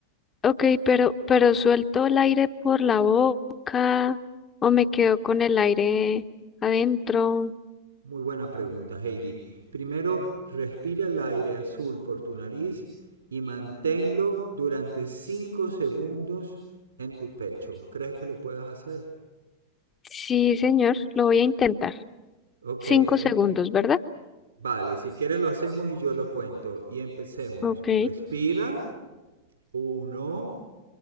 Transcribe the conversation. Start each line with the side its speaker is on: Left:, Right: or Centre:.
Left: Ok, pero, pero suelto el aire por la boca o me quedo con el aire adentro.
Right: Muy buena pregunta, Heidi. Primero, respira el aire azul por tu nariz y manténlo durante 5 segundos en tu pecho. ¿Crees que lo puedas hacer?
Left: Sí, señor, lo voy a intentar.
Right: Ok,
Left: Cinco
Right: y-
Left: segundos, ¿verdad?
Right: vale, si quieres lo hacemos y yo lo cuento. Y empecemos.
Left: Ok,
Right: Respira. uno,